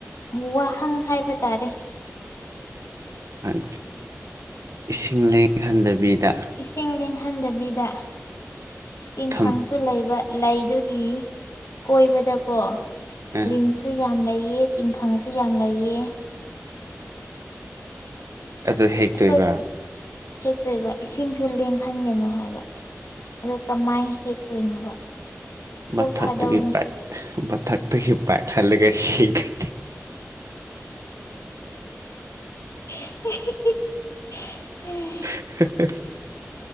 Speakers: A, on the left; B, on the right.
A: ꯋꯥꯍꯪ ꯍꯥꯏꯕ ꯇꯥꯔꯦ
B: ꯑꯦ ꯏꯁꯤꯡ ꯂꯦꯡꯍꯟꯗꯕꯤꯗ
A: ꯏꯁꯤꯡ ꯂꯦꯡꯍꯟꯗꯕꯤꯗ ꯇꯤꯟꯈꯪꯁꯨ
B: ꯊꯝ
A: ꯂꯩꯕ ꯂꯩꯗꯨꯒꯤ ꯀꯣꯏꯕꯗꯀꯣ
B: ꯑ,
A: ꯂꯤꯟꯁꯨ ꯁꯨ ꯌꯥꯝ ꯂꯩꯑ ꯇꯤꯡꯈꯪꯁꯨ ꯌꯥꯝ ꯂꯩꯑ
B: ꯑꯗꯨ ꯍꯦꯛꯇꯣꯏꯕ
A: ꯑꯩꯈꯣꯏ ꯍꯦꯛꯇꯣꯏꯕ ꯏꯁꯤꯡꯁꯨ ꯂꯦꯡꯍꯟꯒꯅꯨ ꯍꯥꯏꯕ ꯑꯗꯨ ꯀꯃꯥꯏꯅ ꯍꯦꯛꯇꯣꯏꯅꯣꯕ ꯀꯣꯛ
B: ꯃꯊꯛꯇꯒꯤ
A: ꯊꯥꯗꯧꯅꯦ
B: ꯄꯥꯏ ꯃꯊꯛꯇꯒꯤ ꯄꯦꯛ ꯈꯜꯒ ꯍꯅꯤ <unintelligible>
A: <unintelligible>
B: <unintelligible>